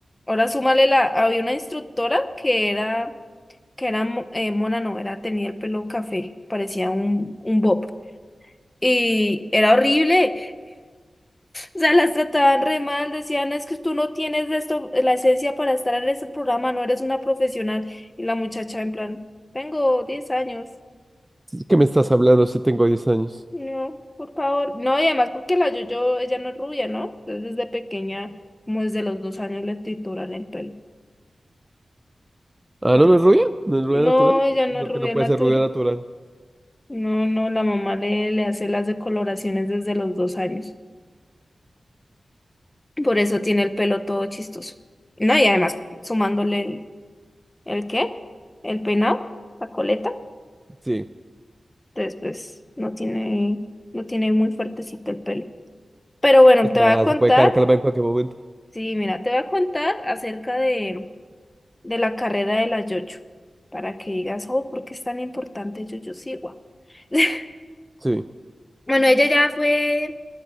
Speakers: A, on the left; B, on the right.
A: ahora súmale la, había una instructora que era, que era mo- eh, mona, no, era, tenía el pelo café, parecía un, un bob. Y era horrible. O sea, las trataban re mal, decían, es que tú no tienes de esto, eh, la esencia para estar en este programa, no eres una profesional. Y la muchacha en plan, tengo 10 años.
B: ¿Qué me estás hablando si tengo 10 años?
A: No, por favor. No, y además porque la Yoyo, ella no es rubia, ¿no? Entonces desde pequeña, como desde los dos años le trituran el pelo,
B: Ah,
A: por
B: no,
A: eso.
B: no es rubia, no es rubia
A: No,
B: natural.
A: ella no
B: ¿Por
A: es rubia
B: qué no puede
A: natural.
B: ser rubia natural?
A: No, no, la mamá le, le hace las decoloraciones desde los dos años. Por eso tiene el pelo todo chistoso. No, y además sumándole el ¿El qué? El peinado, la coleta.
B: Sí.
A: Entonces, pues no tiene, no tiene muy fuertecito el pelo. Pero bueno,
B: O sea,
A: te voy a contar,
B: se puede caer calva en cualquier momento.
A: sí, mira, te voy a contar acerca de, de la carrera de la Yoyo, para que digas, oh, ¿por qué es tan importante Yoyo Siwa? <laughs>
B: Sí.
A: Bueno, ella ya fue